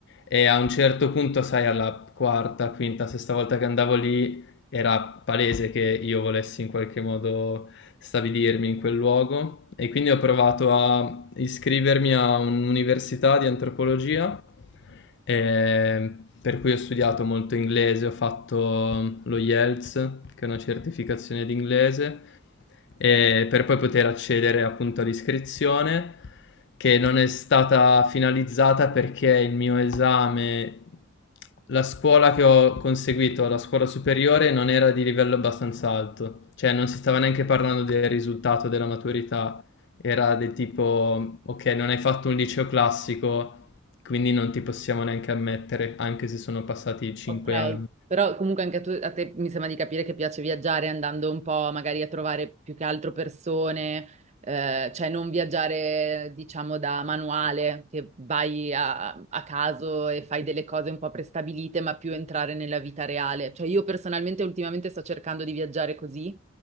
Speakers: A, on the left (about 60°); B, on the right (about 35°).
A: e a un certo punto, sai, alla quarta, quinta, sesta volta che andavo lì era palese che io volessi in qualche modo stabilirmi in quel luogo e quindi ho provato a iscrivermi a un'università di antropologia, eh, per cui ho studiato molto inglese, ho fatto mm, lo IELTS, che è una certificazione di inglese, eh, per poi poter accedere appunto all'iscrizione, che non è stata finalizzata perché il mio esame, la scuola che ho conseguito alla scuola superiore non era di livello abbastanza alto, cioè non si stava neanche parlando del risultato della maturità era del tipo, ok, non hai fatto un liceo classico, quindi non ti possiamo neanche ammettere, anche se sono passati cinque
B: Ok,
A: anni.
B: però comunque anche a, tu- a te mi sembra di capire che piace viaggiare andando un po' magari a trovare più che altro persone, eh, cioè non viaggiare diciamo da manuale, che vai a, a caso e fai delle cose un po' prestabilite, ma più entrare nella vita reale. Cioè io personalmente ultimamente sto cercando di viaggiare così,